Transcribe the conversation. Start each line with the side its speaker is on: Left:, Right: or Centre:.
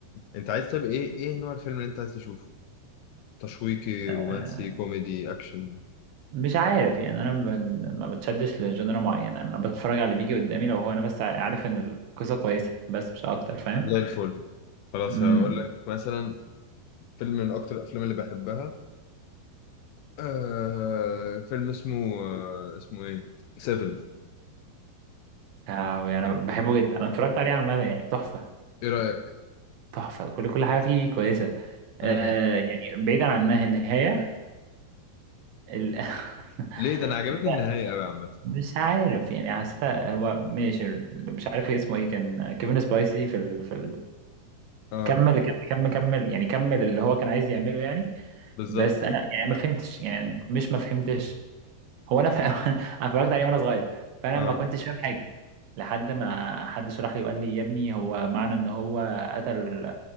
Left: انت عايز طيب ايه ايه نوع الفيلم اللي انت عايز تشوفه تشويقي رومانسي
Right: آه،
Left: كوميدي اكشن
Right: مش عارف يعني انا ب- ما بتشدش لجنرا معينه انا بتفرج على اللي بيجي قدامي لو هو انا بس عارف ان القصه كويسه بس مش اكتر فاهم
Left: زي الفل خلاص
Right: امم
Left: هقول لك مثلا فيلم من اكتر الافلام اللي بحبها أه فيلم اسمه أه اسمه ايه سيفن
Right: يعني انا بحبه جدا انا اتفرجت عليه عامه يعني تحفه
Left: ايه رايك
Right: تحفه كل كل حاجه فيه كويسه
Left: مم.
Right: آه يعني بعيدا عن إنها- النهايه ال... <laughs>
Left: ليه ده انا عجبتني النهايه قوي عامه
Right: مش عارف يعني حسيت هو ماشي اللي مش عارف اسمه ايه كان كيفن سبايسي في ال... في
Left: اه
Right: كمل كمل كمل كمل يعني كمل اللي هو كان عايز يعمله يعني
Left: بالظبط
Right: بس انا يعني ما فهمتش يعني مش ما فهمتش هو انا ف... <laughs> انا اتفرجت عليه وانا صغير فانا
Left: اه
Right: ما كنتش فاهم حاجه لحد ما حد شرح لي وقال لي يا ابني هو معنى ان هو قتل